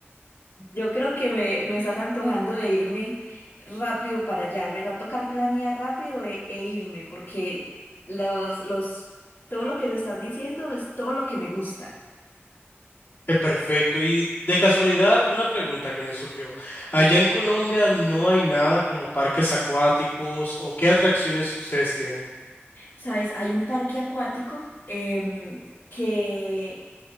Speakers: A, on the left (about 80°); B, on the left (about 60°).
A: Yo creo que me, me estás antojando de irme rápido para allá. Me va a tocar planear rápido e, e irme, porque los, los, todo lo que me estás diciendo es todo lo que me gusta.
B: Eh, Perfecto. Y de casualidad, una pregunta que me surgió. Allá
A: Dime.
B: en Colombia no hay nada como parques acuáticos o qué atracciones ustedes tienen.
A: ¿Sabes? Hay un parque acuático em, que